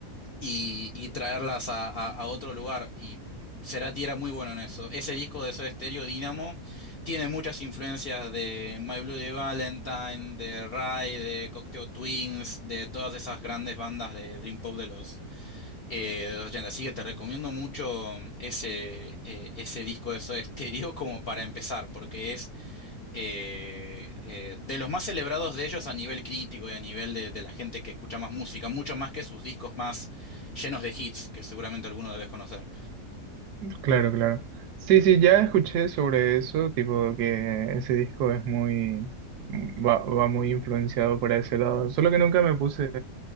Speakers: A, on the left; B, on the right.
A: y, y traerlas a, a- a otro lugar. Y Cerati era muy bueno en eso. Ese disco de Soda Stereo, Dynamo, tiene muchas influencias de My Bloody Valentine, de Rai, de Cocteau Twins, de todas esas grandes bandas de Dream Pop de los, eh, de los 80. Así que te recomiendo mucho ese, eh, ese disco de Soda Stereo <laughs> como para empezar, porque es eh, eh, de los más celebrados de ellos a nivel crítico y a nivel de, de la gente que escucha más música, mucho más que sus discos más llenos de hits, que seguramente alguno debes conocer.
B: Claro, claro. Sí, sí, ya escuché sobre eso, tipo que ese disco es muy, mm, va, va muy influenciado por ese lado. Solo que nunca me puse,